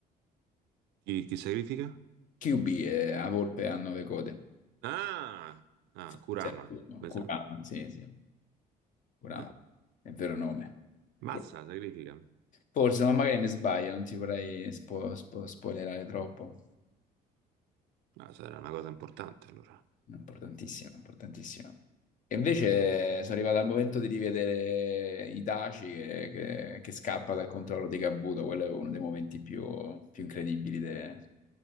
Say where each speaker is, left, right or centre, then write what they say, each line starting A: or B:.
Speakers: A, on the right; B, on the left.
A: Chi, chi sacrifica?
B: Kyuubi è la volpe a nove code.
A: Ah, ah,
B: Forse
A: Kurama,
B: è-
A: mi
B: Kurama,
A: sa.
B: sì, sì, Kurama,
A: Eh.
B: è il vero nome. Kur-
A: Mazza, la sacrifica.
B: Forse, ma magari mi sbaglio, non ti vorrei spo- spo- spoilerare troppo.
A: Ah, sarà una cosa importante allora.
B: Importantissimo, importantissimo. E invece sono arrivato al momento di rivedere Itachi che, che- che scappa dal controllo di Kabuto, quello è uno dei momenti più, più incredibili de-